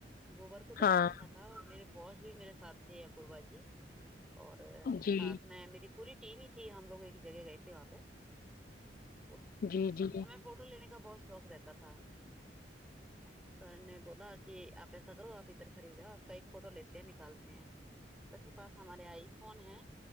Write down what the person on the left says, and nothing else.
ہاں
جی
جی جی